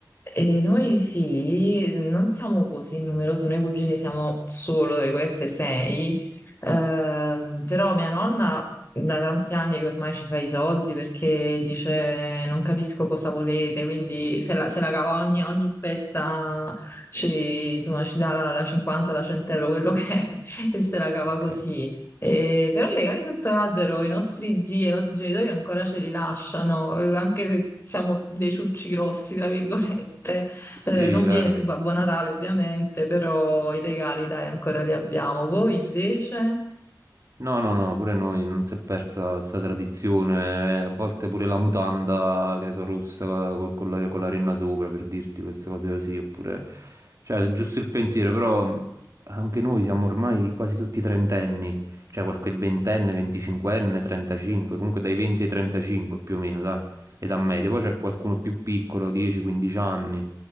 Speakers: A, on the left; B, on the right.
A: e noi sì, non siamo così numerosi, noi cugini siamo solo, tra virgolette, sei, Ehm, però mia nonna da tanti anni che ormai ci fa i soldi perché dice non capisco cosa volete, quindi se la, se la cava ogni, ogni festa ci, insomma, ci dà la, la 50, la 100 euro, quello che è, <laughs> e se la cava
B: Ok.
A: così. E però legati sotto l'albero i nostri zii e i nostri genitori ancora ce li lasciano, eh, anche se siamo dei ciucci grossi, tra virgolette.
B: Sì,
A: Eh, non
B: vero.
A: viene più Babbo Natale, ovviamente, però i regali, dai, ancora li abbiamo. Voi invece?
B: No, no, no, pure noi non si è persa questa tradizione, eh, a volte pure la mutanda, che ne so, rossa co- con, la, con la renna sopra, per dirti queste cose così, oppure, cioè, giusto il pensiero, però mh, anche noi siamo ormai quasi tutti trentenni, cioè qualche ventenne, venticinquenne, 35, comunque dai 20 ai 35 più o meno, dai, età media, poi c'è qualcuno più piccolo, 10-15 anni,